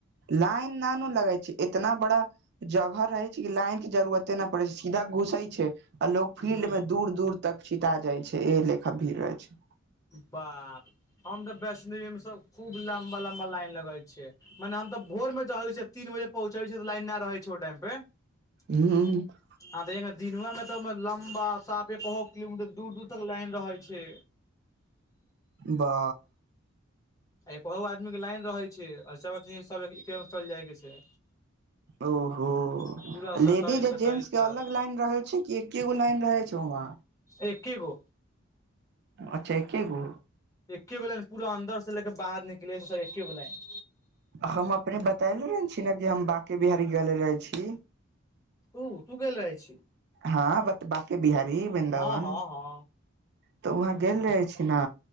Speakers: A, on the right; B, on the left.
A: लाइन ननू लगे छै इतना बड़ा जगह रहै छै कि लाइन के जरूुररते नहि पड़ै छै सीधा घुसै छै आ लोग फील्ड
B: हूँ
A: में दूर दूर तक छिटा जाइ छै ए लेखा भीड़ रहै छै
B: बाप हम तऽ वैष्णो देवी में सब खूब लम्बा लम्बा लाइन लगे छै मने हम त भोर मे ज रहै छै तीन बजे पहुँचै छै त लाइन नहि रहै छै ओ टाइम मे आ
A: हूँ
B: तगर दिनवामे एकदम लम्बा साफ एकहु किलोमीटर दूर दूर तक लाइन रहे छै
A: बा
B: आ एकहहु आदमीके लाइन रहै छै आ सभ सभ एकेमे चल जायके छै
A: ओहो
B: पूरा
A: लेडीज
B: सटाइ
A: आ
B: सटाइ
A: जेंटस के
B: चल
A: अलग लाइन रह छै कि एकेगो लाइन रहे छै ओ वा
B: एक्के गो
A: अच्छा एकेगो
B: एकेगो लाइन पूरा अंन्दर से ले के बाहर निकले सब एकेगो लाइन
A: हम अपने बतयले रह छी ने कि हम बाँके बिहारी गेल रहैइ छी
B: तू तू गेलल रहैइ छी
A: हां बत बाकी बिहारी वृन्दावन
B: हँ हँ हँ
A: तऽ वहाँ गेल रहे छी न